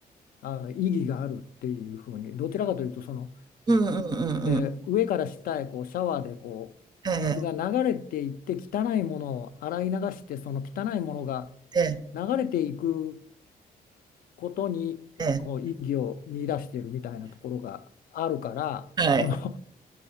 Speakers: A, on the left (about 70°); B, on the right (about 25°).
A: あの意義があるっていうふうに、どちらかというとその
B: うんうんうんうん。
A: で、上から下へこうシャワーでこう水が流れていって汚いものを洗い流してその汚いものが
B: ええ、ええ、
A: 流れていくことにこう意義を見出しているみたいなところがあるからその
B: ええ。はい。